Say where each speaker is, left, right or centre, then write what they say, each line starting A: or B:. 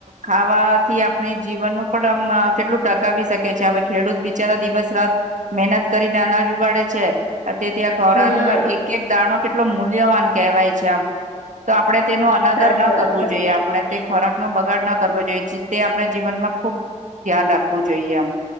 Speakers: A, on the right (about 70°); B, on the left (about 80°).
A: ખાવાથી આપણી જીવનનું પણ આમ અ કેટલું ટકાવી શકે છે. હવે ખેડૂત બિચારા દિવસ રાત મહેનત કરીને અનાજ ઉગાડે છે. આ તે-તે આ ખોરાકના
B: હમ
A: એક-એક દાણો કેટલો મૂલ્યવાન કહેવાય છે આમ તો આપડે તેનું અનાદર
B: સાચી
A: ન
B: વાત
A: કરવું
B: છે
A: જોઈએ આપડે તે ખોરાક નો બ ગાડ ના કરવો જોઈએ તે આપણે જીવનમાં ખુબ ધ્યાન રાખવું જોઈએ આમ.